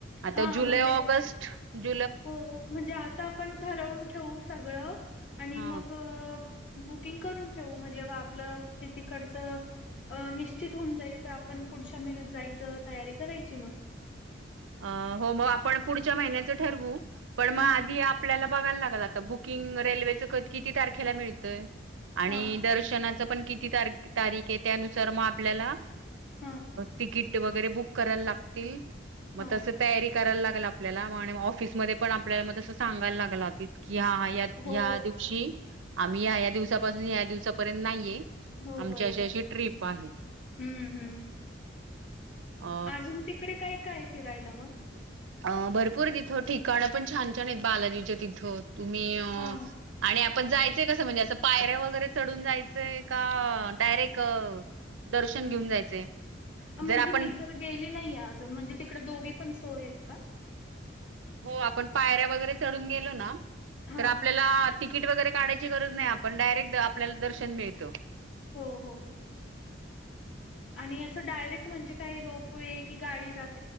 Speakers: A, on the right; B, on the left.
A: आता
B: हां,
A: जुलै
B: म्हणजे
A: ऑगस्ट ज
B: हो म्हणजे आता आपण ठरवून ठेवू सगळं आणि
A: हा
B: मग बुकिंग करून ठेवू जेव्हा आपलं ति तकडच निश्चित होऊन जाईल तर आपण पुढच्या महिन्यात जायचं तयारी करायची मग
A: अ हो म आपण पुढच्या महिन्याचं ठरवू पण मग
B: हां,
A: आधी आपल्याला बघायला लागल आता बुकिंग रेल्वेचं क किती तारखेला भेटतय आणि
B: हां,
A: दर्शना ण किती तारीख आहे त्यानुसार मग आपल्याला
B: हां,
A: तिकीट वगैरे बुक करायला लागतील
B: हां.
A: मग तस तयारी करायला लागल आपल्याला ऑफिसमध्येध्ये पण आपल्याला मग तसं सांगायला लागलाी कि हा हा या
B: हो,
A: ह दिवशी आम्ही या्या दिवसापासून या दिवसापर्यंत नाहीये
B: हो
A: आमची
B: बरोबर
A: अशी अशी ट्रिप आहे
B: हम्म हम्म
A: अ
B: अजून तिकडे काय काय फिरायला मग
A: अं भरपूर तिथं ठिकाणं पण छान छान आहेत बालाजीच्या तिथं तुम्ी
B: हां.
A: आणि पण जायचंय कसं म्हणजे असं पायऱ्या वगैरे चढून जायचंय का डायरेक्ट दर्शन घेऊन जायचंय
B: अ म्हणजे
A: जर आपण
B: मी तर गेली नाहीये अजून म्हणजे तिकडे दोघी पण सोय का
A: हो आपण पायऱ्या वगैरे चढून गेलो ना
B: हां.
A: तर आपल्याला तिकीट वगैरे काढाची गरज नाही आपण डायरेक्ट आपल्याला दर्शन मिळतो
B: हो हो. आणि असं डायरेक्ट म्हणजे काही रोपवेे कि गाडी जात....